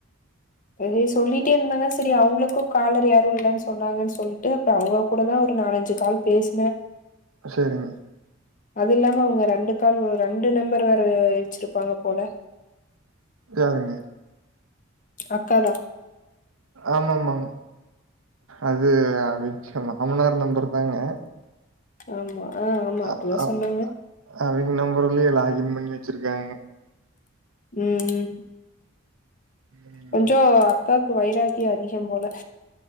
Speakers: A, on the left; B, on the right.
A: அதுவே சொல்லிட்டே இருந்தாங்க சேரி அவங்களுக்கு காலர் யாரு இல்லன்னு சொன்னாங்கன்னு சொல்லிட்டு அப்பறோ அவங்க கூடதா ஒரு நாலஞ்சு கால் பேசின
B: சேரிங்க
A: அது இல்லாம அவங்க ரெண்டு கால் ரெண்டு நம்பர் வேற வச்சிருப்பாங்க போல
B: யாருங்க
A: அக்காதா
B: ஆமாமாங்க அது அது அவிங்க மாமனார் நம்பர் தாங்க
A: ஆமா ஆ ஆமா அப்படிதா
B: அ அ
A: சொன்னாங்க
B: அவிங்க நம்பர்லயு லாகி ன் பண்ணி வச்சிருக்காங்க
A: ம், ம்
B: ம்
A: கொஞ்சோ அக்காவுக்கு வைராக்கிய அதிகம்போல